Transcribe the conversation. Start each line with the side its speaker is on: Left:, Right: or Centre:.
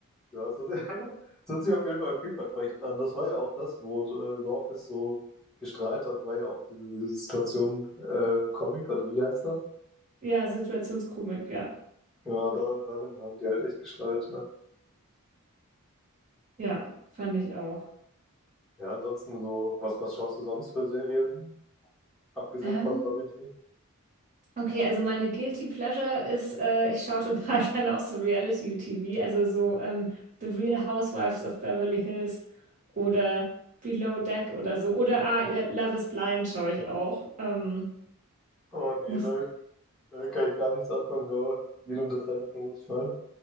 Centre: Ja, das, ist, <laughs> das hört sich auf jeden Fall vielversprechend an. Das war ja auch das, wo äh, The Office so gestrahlt hat, war ja auch diese, diese Situation äh, Comic oder wie heißt das?
Right: Ja, Situationskomik, ja.
Centre: Ja, da, darin haben die halt echt gestrahlt. Ne?
Right: Ja, fand ich auch.
Centre: Ja, ansonsten so, was, was schaust du sonst für Serien? Abgesehen
Right: Ähm,
Centre: von Comedy?
Right: okay, also meine Guilty Pleasure ist, äh, ich schaue total <laughs> gerne auch so Reality-TV, also so ähm, The Real Housewives of Beverly Hills oder Below Deck oder so. Oder ah, Love is Blind schaue ich auch. Ähm,
Centre: Oh nee,
Right: muss,
Centre: damit, damit kann ich gar nichts anfangen, aber jedem das seine vermute ich mal.